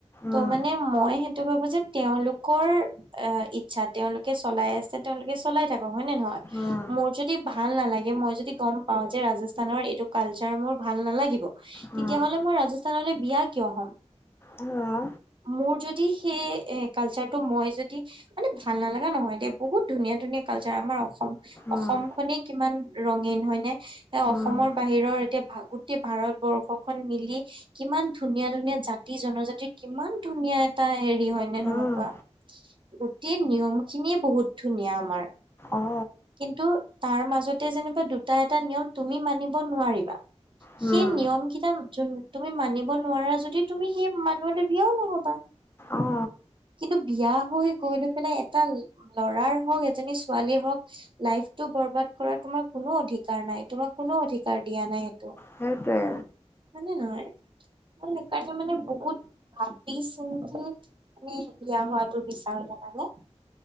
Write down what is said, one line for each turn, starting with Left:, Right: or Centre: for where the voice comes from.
Right: ত'
Left: উম
Right: মানে মই সেইটো ভাবো যে তেওঁলোকৰ অ ইচ্ছা তেওঁলোকে চলাই আছে তেওঁলোকে চলাই থাকক হয় নে নহয়।
Left: উম
Right: মোৰ যদি ভাল নালাগে মই যদি গম পাও যে ৰাজস্থানৰ এইটো কালচাৰ মোৰ ভাল নালাগিব
Left: উম
Right: তেতিয়াহ'লে মই ৰাজস্থানলৈ বিয়া কিয় হ'ম।
Left: অ'হ।
Right: মোৰ যদি সেই কালচাৰটো মই যদি মানে ভাল নালাগা নহয় দে বহুত ধুনীয়া ধুনীয়া কালচাৰ আমাৰ অসম
Left: উম
Right: অসম খনিক কিমান ৰঙীন হয় নে? এ অসমৰ
Left: উম
Right: বাহিৰৰ এতিয়া গোটেই ভাৰতবৰ্ষখন মিলি কিমান ধুনীয়া ধুনীয়া জাতি জনজাতিৰ কিমান ধুনীয়া এটা হেৰি হয় নে নহয়
Left: উম
Right: কোৱা? গোটেই নিয়ম খিনীয়ে বহুত ধুনীয়া আমাৰ
Left: অ
Right: কিন্তু তাৰ মাজতে যেনিবা দুটা এটা নিয়ম তুমি মানিব নোৱাৰিবা,
Left: উম
Right: সেই নিয়ম কেইটা যোন তুমি মানিব নোৱাৰা যদি তুমি সেই মানুহলৈ বিয়াও নহবা।
Left: অ
Right: কিন্তু বিয়া হৈ গৈ লৈ পেলাই এটা লৰাৰ হওক এজনী ছোৱালীৰ হওক লাইফ টো বৰবাদ কৰা তোমাৰ কোনো অধিকাৰ নাই, তোমাক কোনো অধিকাৰ দিয়া নাই সেইটো।
Left: সেইটোৱে
Right: মানে নহয় মই সেইকাৰণে মানে বহুত ভাবি চিন্তি আমি বিয়া হোৱাটো বিচাৰোঁ জানা নে।